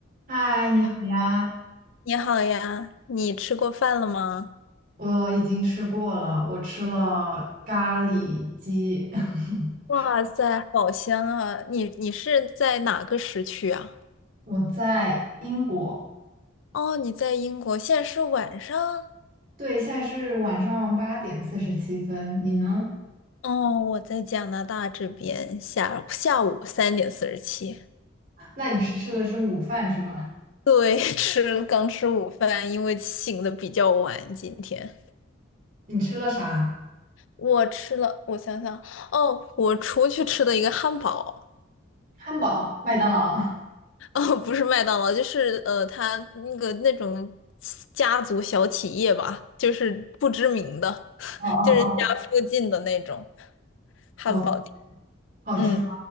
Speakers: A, on the right; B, on the left.
A: 嗨，你好呀！
B: 你好呀，你吃过饭了吗？
A: 我已经吃过了，我吃了咖喱鸡。<laughs>
B: 哇塞，好香啊！你你是在哪个时区啊？
A: 我在英国，
B: 哦，你在英国，现在是晚上。
A: 对，现在是晚上八点四十七分。你呢？
B: 哦，我在加拿大这边下下午三点四十七。
A: 那你是吃的是午饭是吧？
B: 对，<laughs> 吃刚吃午饭，因为醒的比较晚。今天
A: 你吃了啥？
B: 我吃了，我想想，哦，我出去吃的一个汉堡。
A: 汉堡、麦当劳。<laughs>
B: 哦，不是麦当劳，就是呃，他那个那种家族小企业吧，就是不知名的，
A: 哦哦
B: 就是家附近的那种汉堡店，
A: 哦哦，好吃吗？
B: 嗯，